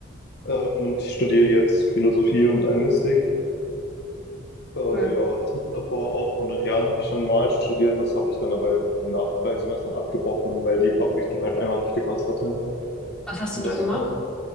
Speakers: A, on the left; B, in the centre.
A: ähm, und ich studiere jetzt Philosophie und Anglistik. Äh,
B: Cool.
A: ja, davor auch vor neun Jahren habe ich schon mal studiert, das habe ich dann aber nach drei Semestern abgebrochen, weil die Fachrichtung halt einfach nicht gepasst hatte.
B: Was hast
A: Und
B: du da
A: das,
B: gemacht?